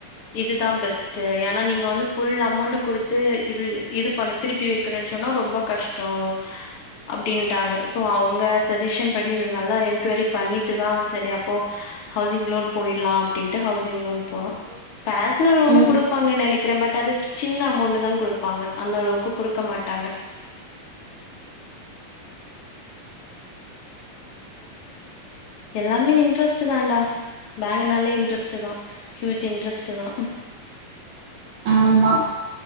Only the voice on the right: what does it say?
ஓகே.
ம்
ஆமா